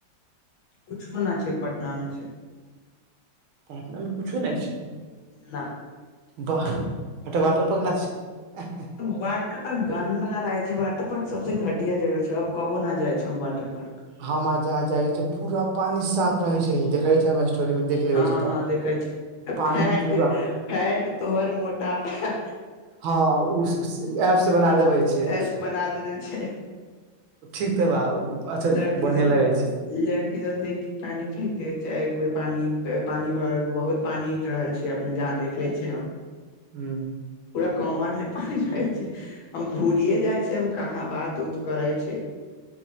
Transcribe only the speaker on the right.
पटना मे कुछो ना छै
बाह ओ वाटर पार्क न छै
ह जहाँ जा छै पूरा पानी साफ रहै छै देखे छै हमरा स्टोरी मे देख लेबै
छै तऽ
पानी
पूरा
हँ उ एप से बना देबै छै
ठीक तऽ बा अच्छा
बढ़िया
लगै छै
ह